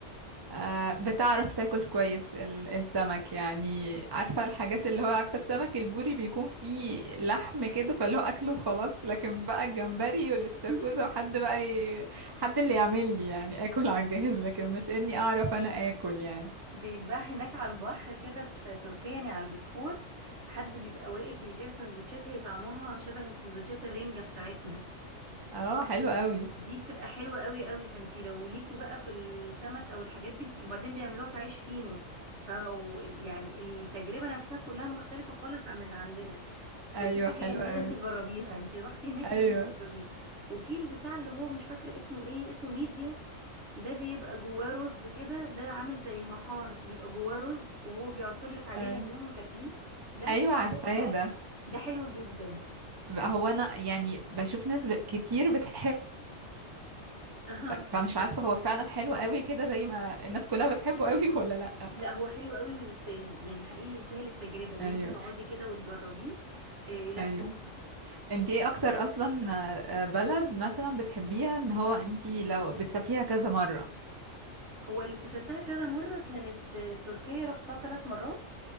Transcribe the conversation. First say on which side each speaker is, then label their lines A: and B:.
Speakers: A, on the right (about 25°); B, on the right (about 60°).
A: آه، بتعرف تاكل كويس ال- السمك يعني عارفة الحاجات اللي هو عارفة السمك البوري بيكون فيه لحم كده فاللي هو أكله وخلاص لكن بقى الجمبري
B: إيه.
A: والاستاكوزا
B: <laughs>
A: وحد بقى ي... حد اللي يعمل لي يعني آكل <laughs> على الجهاز لكن مش إني أعرف أنا آكل يعني
B: بيتباع هناك على البحر كده في تركيا يعني على البوسفور حد بيبقى واقف بيبيع سندوتشات هي طعمها شبه سندوتشات الرنجة بتاعتنا
A: اه حلو قوي
B: دي بتبقى حلوة قوي قوي فانتي لو ليكي بقى في السمك او الحاجات دي وبعدين بيعملوها في عيش فينو ف يعني التجربة نفسها كلها مختلفة خالص عن اللي عندنا فدي
A: أيوه
B: حاجة
A: حلو
B: يعني
A: قوي
B: لازم تجربيها انتي رحتي هناك لازم
A: أيوه
B: تجربيها وفي البتاع اللي هو مش فاكرة اسمه ايه اسمه ميديا ده بيبقى جواه رز كده ده عامل زي المحار بيبقى جواه رز وهو بيعصر لك عليه
A: أيوه
B: ليمون وتاكليه ده
A: أيوه عارفاه
B: تحفة
A: ده
B: ده حلو جدا
A: بقى هو أنا يعني بشوف ناس ب- كتير بتحب
B: <laughs>
A: فمش عارفة هو فعلا حلو قوي كده زي ما الناس كلها بتحبه قوي <laughs> ولا لأ
B: لا هو حلو قوي ويستاهل يعني حقيقي يستاهل التجربة ان
A: ايوه
B: انت تقعدي كده وتجربيه إيه لا
A: ايوه
B: تحفة
A: انتي ايه اكتر اصلا آه، بلد مثلا بتحبيها ان هو انتي لو بتسافريها كذا مرة
B: هو اللي سافرتها كذا مرة كانت آه، تركيا رحتها ثلاث مرات